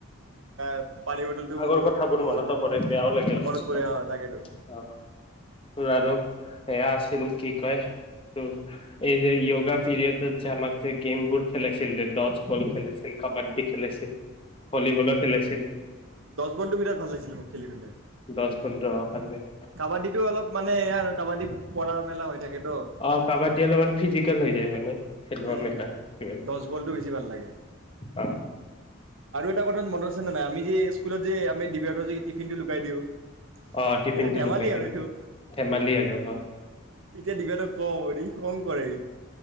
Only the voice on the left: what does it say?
আগৰ
কথাবোৰ
মনতো
পৰে
বেয়াও লাগে অলপ
চলপ
অ তোৰ আৰু সেয়া আছিল কি কয় তোৰ এই যে য়োগা পিৰিয়ডত যে আমাক যে গেমবোৰ খেলাইছিল যে ডটছ বল খেলাইছিল, কাবাড্ডী খেলাইছিল। ভলীবলৰ খেলাইছিল।
দচ বল অ ভাল লাগে।
অঁ কাবাদ্দী অলপমান ফিজিকেল হৈ যায় মানে। খেলোৱা
মেলা কিবা কিবি
অ
অ টিফিনটো
লুকাই দিওঁ
ধেমালি আৰু অ